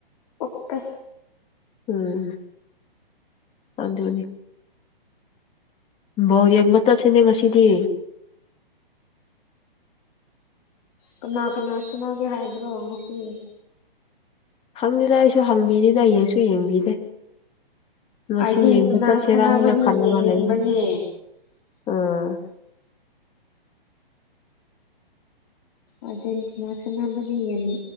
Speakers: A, on the left; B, on the left.
A: ꯎꯄꯦ
B: ꯎꯝ ꯋꯥ ꯋꯥꯅꯤ ꯧ ꯌꯦꯛꯕ ꯆꯠꯁꯤꯅꯦ ꯉꯁꯤꯗꯤ
A: ꯀꯅꯥ ꯀꯅꯥ ꯁꯅꯒꯦ ꯍꯥꯏꯕ꯭ꯔꯣ ꯉꯁꯤꯅꯦ
B: ꯈꯪꯅꯤ ꯂ ꯑꯩꯁꯨ ꯍꯪꯕꯤꯔꯤꯗꯌꯦꯡꯁꯨ ꯌꯦꯡꯕꯤꯔꯦ ꯃꯁꯤ
A: ꯑꯥꯔꯖꯦꯟꯇꯤꯅꯥ
B: ꯌꯦꯡꯕ ꯆꯠꯁꯤꯦꯔꯥ
A: ꯁꯥꯟꯅꯕꯗꯤ
B: ꯍꯥꯏꯅ ꯈꯜꯂꯒ
A: ꯌꯦꯡꯅꯤꯡꯕꯅꯦ
B: ꯂꯩꯗꯅ ꯎꯥ
A: ꯑꯔꯖꯦꯟꯇꯤꯅꯥ ꯁꯅꯕꯗꯤ ꯌꯦꯅꯤ